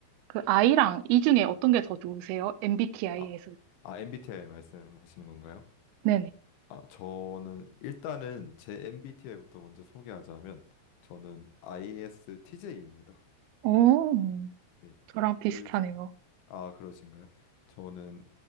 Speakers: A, on the right; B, on the left.
A: 그이랑 이 중에 어떤 게 더 좋으세요? MBTI에서.
B: 아, 아, MBTI 말씀하시는 건가요?
A: 네네.
B: 아, 저는 일단은 제 MBTI부터 먼저 소개하자면 저는 ISTJ입니다.
A: 오,
B: 네.
A: 저랑 비슷하네요.
B: 그, 아, 그러신가요? 저는